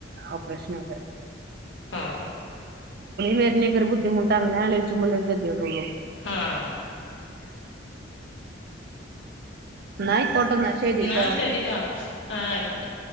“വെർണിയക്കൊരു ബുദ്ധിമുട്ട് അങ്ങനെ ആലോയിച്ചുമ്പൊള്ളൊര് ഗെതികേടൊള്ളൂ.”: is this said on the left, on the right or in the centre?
Right